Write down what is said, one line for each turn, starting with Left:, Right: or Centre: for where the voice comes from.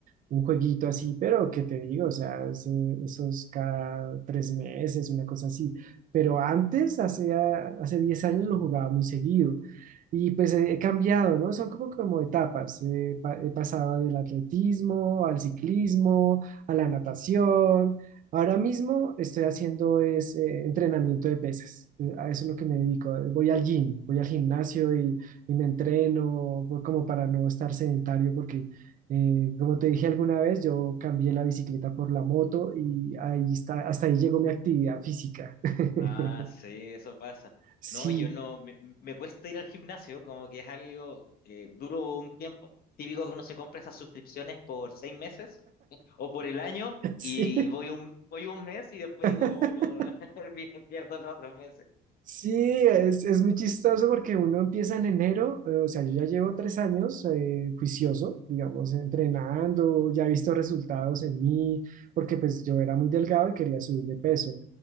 Right: un jueguito así, pero ¿qué te digo? O sea, ese- esos cada tres meses, una cosa así. Pero antes, hace, a- hace 10 años, lo jugaba muy seguido. Y pues he he cambiado, ¿no? Son como, como etapas. He, pa- he pasado del atletismo al ciclismo, a la natación. Ahora mismo estoy haciendo es, eh, entrenamiento de pesas. Eh, A eso es lo que me dedico. Voy al gym, voy al gimnasio y, y me entreno voy como para no estar sedentario porque eh, como te dije alguna vez, yo cambié la bicicleta por la moto y ahí está, hasta ahí llegó mi actividad física. <laughs>
Left: Ah, sí, eso pasa.
Right: Sí,
Left: No, yo no, me, me cuesta ir al gimnasio, como que es algo eh, duro un tiempo. Típico que uno se compra esas suscripciones por seis meses o por el año
Right: sí.
Left: y voy un, voy un mes y después
Right: <laughs>
Left: digo, oh, no, <laughs> pierdo los otros meses.
Right: Sí, es, es muy chistoso porque uno empieza en enero, eh, o sea, yo ya llevo tres años eh, juicioso, digamos, entrenando, ya he visto resultados en mí, porque pues yo era muy delgado y quería subir de peso,